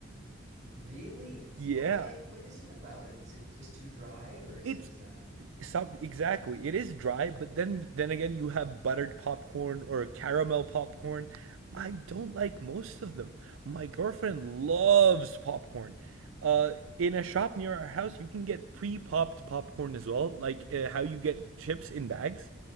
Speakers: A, on the right; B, on the right.
A: Really?
B: Yeah.
A: Okay. What is it about it? Is it just too dry or is
B: It's
A: it uh,
B: Some exactly. It is dry, but then then again you have buttered popcorn or caramel popcorn. I
A: Hmm.
B: don't like most of them. My girlfriend loves popcorn. Uh, in a shop near our house, you can get pre-popped popcorn as well, like uh, how you get chips in bags.